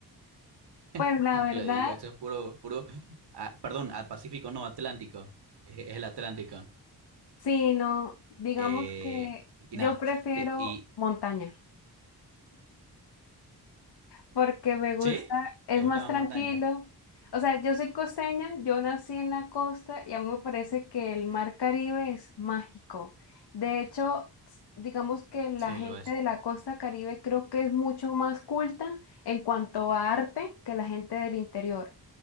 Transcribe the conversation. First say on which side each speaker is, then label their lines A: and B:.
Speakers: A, on the left; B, on the right.
A: Pues
B: <laughs>
A: la verdad,
B: Le digo, esto es puro, puro, ah, perdón, al Pacífico no, Atlántico, es, es el Atlántico.
A: sí, no, digamos
B: Eh,
A: que
B: y
A: yo
B: nada,
A: prefiero
B: te- y,
A: montaña. porque me gusta,
B: ¿sí?
A: es
B: ¿Te gusta
A: más
B: más
A: tranquilo.
B: montaña?
A: O sea, yo soy costeña, yo nací en la costa y a mí me parece que el mar Caribe es mágico. De hecho, s- digamos que la
B: Sí,
A: gente
B: lo es.
A: de la costa Caribe creo que es mucho más culta en cuanto a arte que la gente del interior.